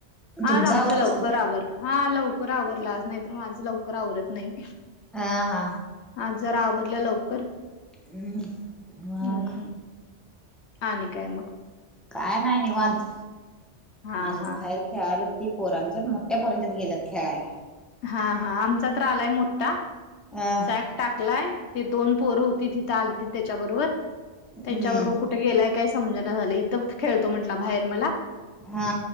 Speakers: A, in the centre; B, on the left.
A: तुमचं
B: आज आमचं
A: आवरलं
B: लवकर
A: सगळं
B: आवरलं. हा लवकर आवरला आज, नाही तर मा माझं लवकर आवरत नाही.
A: हा हा.
B: आज जरा आवरलं लवकर.
A: <inaudible> मग
B: हम्म हम्म, आणि काय मग.
A: काय नाही निवत
B: हा
A: अजून
B: हा
A: बाहेर
B: हा
A: खेळाला ती पोरांच्यात मोठ्या पोरांच्यात गेलेत खेळायला
B: हा हा आमचा तर्र आलाय मोठा
A: अ
B: सॅक टाकलाय ते दोन पोरं होती तिथे आलती त्याच्याबरोबर
A: हम्म
B: त्यांच्याबरोबर कुठ गेलाय काय समज ना झालं इथं खेळतो म्हंटला बाहेर मला
A: हा